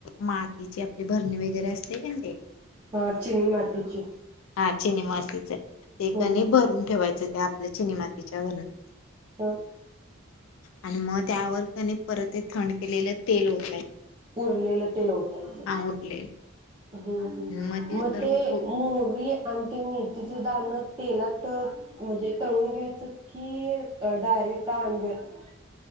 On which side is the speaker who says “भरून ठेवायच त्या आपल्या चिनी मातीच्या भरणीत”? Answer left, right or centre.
Left